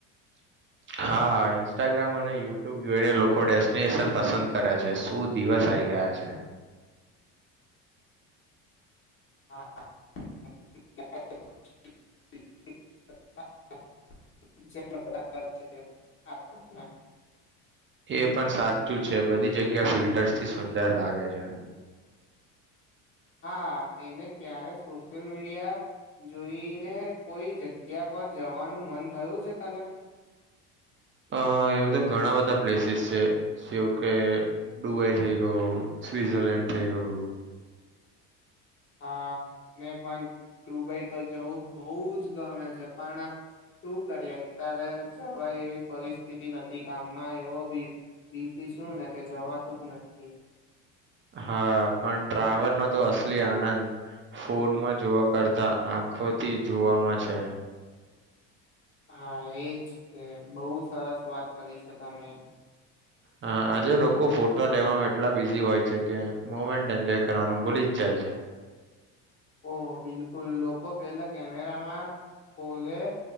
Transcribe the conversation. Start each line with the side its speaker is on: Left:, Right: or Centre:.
Right: હા ઇન્સ્ટાગ્રામ અને યુટ્યુબ જોઈને લોકો ડેસ્ટિનેશન પસંદ કરે છે શું દિવસ આઈ ગયા છે
Left: <inaudible> <inaudible>
Right: એ પણ સાચું છે બધી જગ્યા ફિલ્ટર્સથી સુંદર લાગે છે
Left: હા તેને ક્યારે સોશિયલ મીડિયા જોઈને કોઈ જગ્યા પર જવાનું મન થયું છે તને
Right: અ એવું તો ઘણા બધા પ્લેસીસ છે જેવું કે દુબઈ થઈ ગયું સ્વિઝરલેન્ડ થઈ ગયું
Left: હા મને પણ દુબઈ તો જવું બહુ જ ગમે છે પણ શું કરીએ અત્યારે જવા એવી પરિસ્થિતિ નથી ગામમાં એવો બી બીસી છું ને કે જવાતું જ નથી
Right: હા પણ ટ્રાવેલનોો તો અસલી આનંદ ફોનમાં જોવા કરતા આંખોથી જોવામાં છે
Left: હા એજ છે બહુ સરસ વાત કરી શકમે
Right: હ આજે લોકો ફોટો લેવામાં એટલા બિઝી હોય છે કે મુમેન્ટ એન્જોય કરવાનું ભૂલી જ જાય છે
Left: ઓહ બિલકુલ લોકો પેલા કેમેરામાં ખોલે